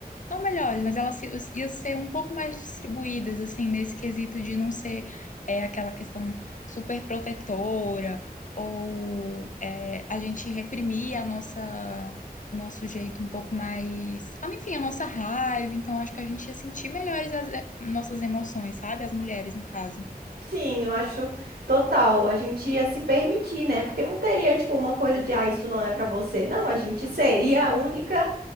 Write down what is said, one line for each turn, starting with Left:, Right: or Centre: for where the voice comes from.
Left: não melhores, mas elas se- iam ser um pouco mais distribuídas, assim, nesse quesito de não ser é, aquela questão super protetora, ou é, a gente reprimir a nossa, o nosso jeito um pouco mais, ah, enfim, a nossa raiva, então acho que a gente ia sentir melhores as nossas emoções, sabe? As mulheres, no caso.
Right: Sim, eu acho total. A gente ia se permitir, né? Porque não teria, tipo, uma coisa de, ah, isso não é pra você. Não, a gente seria a única,